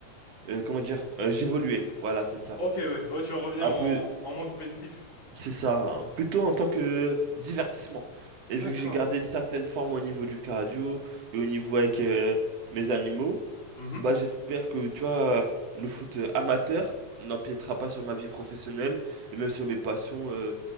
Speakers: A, on the right; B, on the left.
A: euh, comment dire? euh, j'évoluais. Voilà, c'est ça.
B: Ok, ouais. Ouais, tu vas revenir
A: Un
B: en,
A: peu
B: en moins compétitif.
A: C'est ça, plutôt en tant que divertissement.
B: D'accord.
A: Et vu que j'ai gardé une certaine forme au niveau du cardio et au niveau avec euh, mes animaux,
B: Mhm.
A: bah j'espère que tu vois, le foot amateur n'empiétera pas sur ma vie professionnelle et même sur mes passions euh,